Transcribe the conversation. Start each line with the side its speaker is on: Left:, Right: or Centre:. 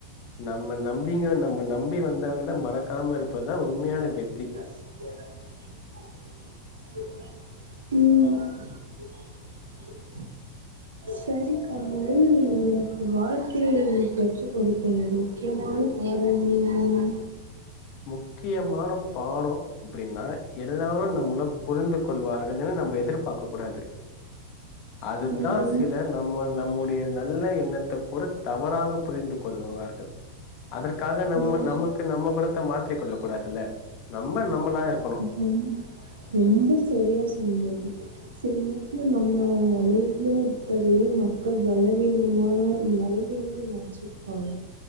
Left: நம்ம நம் பிங்கற நம்ம நம்பி வந்தவங்கள மறக்காம இருப்பதா உண்மையான வெற்
Right: <unintelligible> ம்
Left: <inaudible>
Right: சரி கமல் உனக்கு வாழ்க்கைய கற்று கொடுத்ததுல முக்கியமான பாடம் என்ன
Left: முக்கியமான பாடோ அப்டின்னா எல்லோரு நம்மள புரிந்து கொள்வார் கள்னு நம்ம எதிர்பாக்க கூடாது அதுதா
Right: உம்
Left: சிலர் நம் நம்முடைய நல்ல எண்ணத்த கூட தவறாக புரிந்து கொள்வார்கள் அதற்காக நம்ம
Right: உம் உம்
Left: நமக்கு நம்ம குணத் த மாற்றிகொள்ள கூடாது இல்ல நம்ம நம்மளா இருக்கனு
Right: ரொம்ப ரொம்ப சரி சொன்னிங்க சில நேரத்தில் நம்ம அமைதியா இருப்பதையே மக்கள் பலவீனமாக பலவீனம்னு நெனைச்சிப்பாங்க